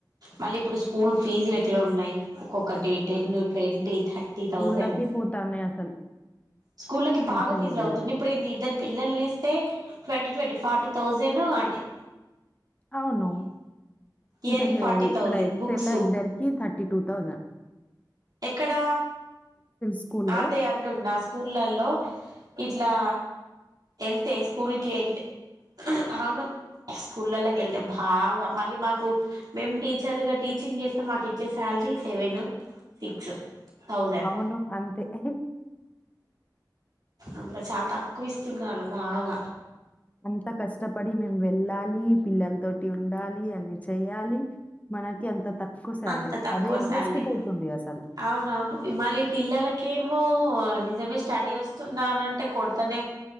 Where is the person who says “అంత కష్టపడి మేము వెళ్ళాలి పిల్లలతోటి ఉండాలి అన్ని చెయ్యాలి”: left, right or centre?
Left